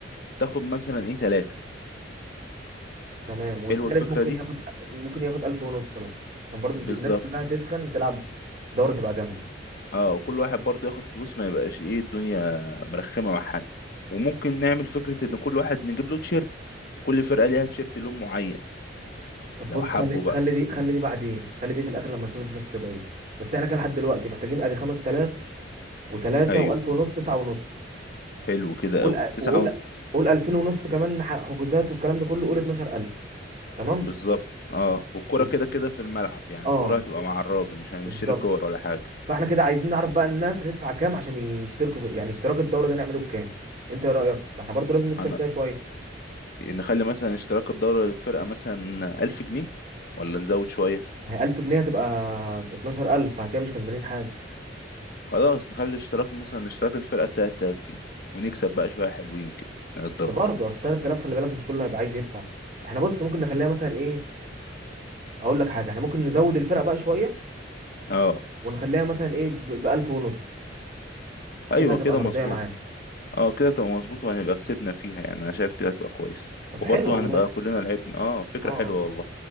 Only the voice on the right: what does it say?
تمام والتالت
ممكن
ياخد ممكن ياخد 1000 ونص مثلا عشان برضو الناس
كلها تسخن تلعب دورة تبقى جامدة
طب
بص
خلي
خلي دي خلي دي بعدين خلي دي في الاخر لما نشوف الفلوس تبقى ايه بس احنا كده لحد دلوقتي محتاجين ادي 5000 و3
و1000 ونص 9 ونص
وقول
وقول قول 2000 ونص كمان ح- حجوزات والكلام ده كله قول 12000 تمام
يبقى
اه
بالظبط
فاحنا كده عايزين نعرف بقى الناس هتدفع كام عشان يشتركوا في يعني اشتراك الدوره ده نعمله بكام انت ايه رايك ما احنا برضو لازم نكسب
فيها شويه
ما هي 1000 جنيه هتبقى 12000 فاحنا كده مش كسبانين حاجه
بس برضه اصل 3000 خلي بالك مش كله هيبقى عايز يدفع احنا بص ممكن نخليها مثلا ايه اقول لك حاجه احنا ممكن نزود الفرق بقى شويه
ونخليها مثلا ايه ب 1000 ونص
كده هتبقى
مرضيه
معانا
طب
حلو والله
اه